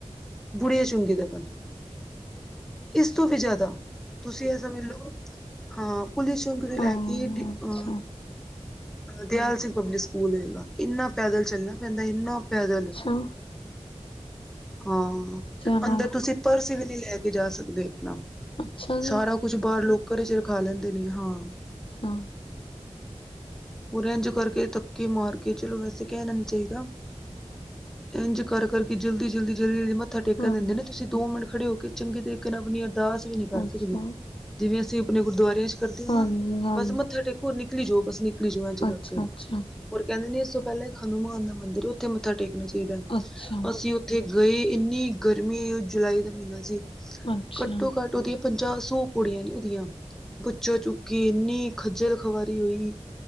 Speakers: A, in the centre; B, on the left.
A: ਬੁੜੀਆਂ ਚੁੰਗੀ ਤੱਕਨ। ਇਸ ਤੋਂ ਵੀ ਜਾਦਾ, ਤੁਸੀਂ ਏਅ ਸਮਝ ਲਓ, ਹਾਂ ਪੁਲਿਸ ਚੋਂਕ ਰਿਲੈ
B: ਹਾਂ
A: ਕੇ ਡੀ,
B: ਅੱਛਾ
A: ਅਹ। ਦਿਆਲ ਸਿੰਘ ਪਬਲਿਕ ਸਕੂਲ ਹੋਏਗਾ, ਇੰਨਾ ਪੈਦਲ ਚੱਲਨਾ ਪੈਂਦੈ, ਇੰਨਾ ਪੈਦਲ।
B: ਤਾਂ।
A: ਹਾਂ ਆ
B: ਨਾਲ
A: ਅੰਦਰ ਤੁਸੀਂ ਪਰਸ ਵੀ ਨਹੀ ਲੈ ਕੇ ਜਾ ਸਕਦੇ ਆਪਣਾ
B: ਅੱਛਾ ਜੀ
A: ਸਾਰਾ ਆ ਕੁਛ ਬਾਹਰ ਲੋਕਰ ਘਰੇ ਚ ਰਖਾ ਲੈਂਦੇ ਨੇ ਹਾਂ ਆ
B: ਸਣਾ ਆ
A: ਉਰੇ ਏਜ ਕਰਕੇ ਤੱਕੇ ਮਾਰ ਕੇ ਚਲੋ ਵੈਸੇ ਕਹਿਣਾ ਨੀ ਚਾਹੀਦਾ ਆ ਇੰਝ ਕਰਕੇ ਜਲਦੀ ਈ ਜਲਦੀ ਈ ਜਲਦੀ ਈ ਮੱਥਾ ਟੇਕਣ
B: ਹਾਂ
A: ਦਿੰਦੇ ਨੇ ਤੁਸੀਂ ਦੋ ਮਿੰਟ ਆ ਖੜੇ ਹੋ ਕੇ ਚੰਗੇ ਤਰੀਕੇ ਨਾਲ ਆਪਣੀ ਅਰਦਾਸ ਵੀ ਨਹੀਂ ਕਰ
B: ਅੱਛਾ
A: ਸਕਦੇ ਏ ਜਿਵੇਂ ਅਸੀਂ ਆਪਣੇ ਗੁਰਦਆਰਿਆਂ ਚ ਕਰਦੇ ਆ
B: ਹਾਂਜੀ
A: ਨਾ
B: ਹਾਂਜੀ
A: ਬਸ ਮੱਥਾ ਟੇਕ ਹੋਰ ਨਿਕਲੀ ਜੋਓ ਬਸ ਨਿਕਲੀ ਜੋਓ ਅੱਜ ਕਰਕੇ
B: ਅੱਛਾ ਅੱਛਾ
A: ਹੋਰ ਕਹਿੰਦੇ ਨੇ ਇਸ ਤੋਂ ਪਹਿਲਾਂ ਇੱਕ ਹਨੂੰਮਾਨ ਦਾ ਮੰਦਿਰ ਉਹ ਉੱਥੇ ਏ ਮੱਥਾ ਟੇਕਣਾ ਚਾਈਦਾ
B: ਅੱਛਾ
A: ਅਸੀਂ ਉੱਥੇ ਗਏ ਇੰਨੀ ਗਰਮੀ ਉਹ ਜੁਲਾਈ ਦਾ ਮਹੀਨਾ ਸੀ
B: ਅੱਛਾ
A: ਘੱਟੋ ਓ ਘੱਟ ਉਹਦੀ ਆ ਪੰਜਾਹ ਸੌ ਪੁੜੀਆਂ ਨੀ ਉਹਦੀਆਂ ਬੱਚਾ ਚੁੱਕੇ ਇੰਨੀ ਖੱਜਲ ਖਵਰੀ ਹੋਈ ਈ